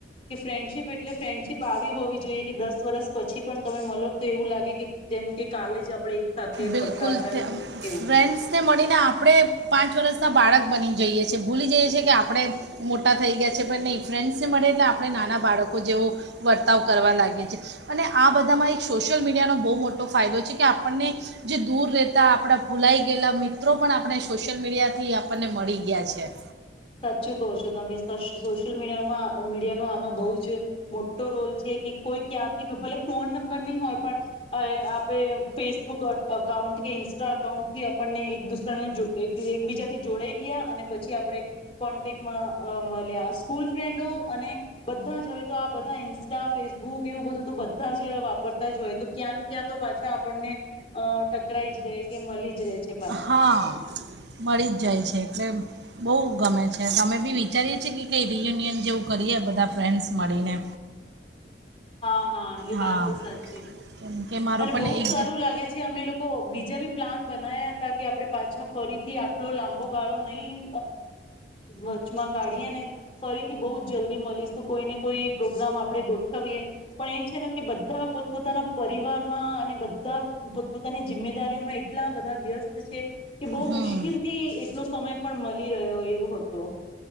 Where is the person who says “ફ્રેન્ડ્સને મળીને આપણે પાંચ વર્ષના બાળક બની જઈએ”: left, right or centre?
Right